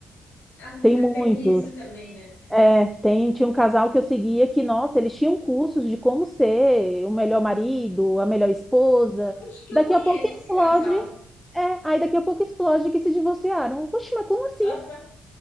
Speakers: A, on the left; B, in the centre.
A: Ah,
B: Tem muitos.
A: tem isso também, né?
B: É, tem, tinha um casal que eu seguia que, nossa, eles tinham cursos de como ser o melhor marido, a melhor esposa.
A: Acho que
B: Daqui
A: eu conheço
B: a pouco explode.
A: esse casal.
B: É, aí daqui a pouco explode que se divorciaram. Poxa, mas como assim?
A: Aham.